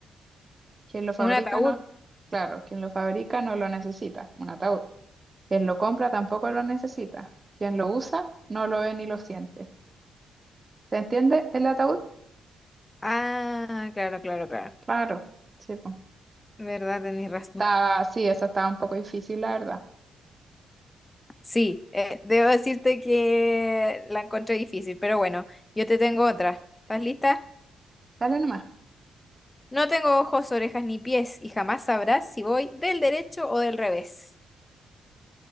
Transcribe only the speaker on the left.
un ataúd.
Ah, claro, claro, claro.
¿Verdad? Tenés razón.
Sí, eh, debo decirte que la encontré difícil, pero bueno, yo te tengo otra. ¿Estás lista?
No tengo ojos, orejas ni pies y jamás sabrás si voy del derecho o del revés.